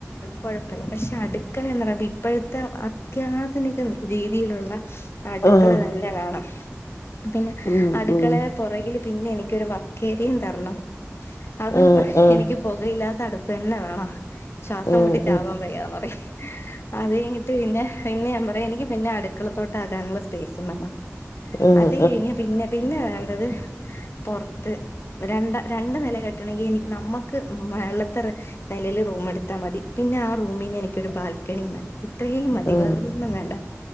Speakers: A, on the left; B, on the left.
A: കുഴപ്പമില്ല പക്ഷെ അടുക്കള എന്ന് പറയുമ്പോ ഇപ്പോഴത്തെ അത്യാധുനിക രീതിയിലുള്ള അടുക്കള
B: ആഹ്
A: തന്നെ വേണം പിന്നെ
B: ഉം
A: അടുക്കളെ
B: ഉം
A: പുറകിൽ പിന്നെ എനിക്കൊരു വർക്കേറിയ വേണം കണം അതും
B: ആഹ് ആഹ്
A: എനിക്ക് പുകയില്ലാ അടുപ്പ് തന്നെ വേണം ശ്വാസം
B: ആഹ്
A: മുട്ടിച്ചാവാൻ വയ്യന്നു പറയും അത് കഴിഞ്ഞിട്ട് പിന്നെ പിന്നെ പറയാ എനിക്ക് പിന്നെ അടുക്കളത്തോട്ടം ആകാനുള്ള സ്പേസും വേണം
B: ആഹ്
A: അത്
B: ആഹ്
A: കഴിഞ്ഞ പിന്നെ പിന്നെ അത് പൊറത്ത് രണ്ട രണ്ട് നില കെട്ടണമെങ്കിൽ എനിക്ക് നമ്മുക്ക് മുകളിലത്തെ നിലെൽ റൂം എടുത്താൽ മതി പിന്നെ ആ റൂമിൽ നിന്ന് എനക്ക് ഒരു ബാല് പിന്നെ ഇത്രയും മതി
B: ആഹ്
A: വേറെ ഒന്നും വേണ്ട